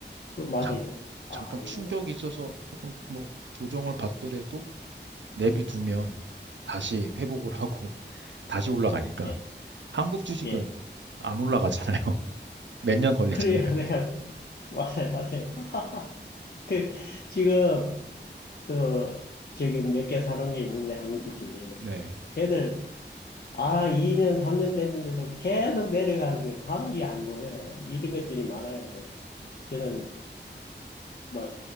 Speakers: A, on the left (about 55°); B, on the right (about 75°).
A: 그, 맞아요.
B: 잠,
A: 아,
B: 잠깐
A: 오늘은,
B: 충격이 있어서 조금 뭐 조정을 받더라도 내비두면 다시 회복을 하고 <laughs> 다시 올라가니까.
A: 예,
B: 한국 주식은
A: 예.
B: 안 올라가잖아요. <laughs> 몇 년 걸리잖아요.
A: 그래요. <laughs> 내가, 맞아요, 맞아요. <laughs> 그, 지금, 그, 저기 몇 개 사놓은 게 있는데, 한두 개.
B: 네.
A: 걔들, 아, 2년, 3년 됐는데도 계속 내려가는 게 바로 이게 안 보여요. 이런 것들이 많아야 돼. 저는 뭐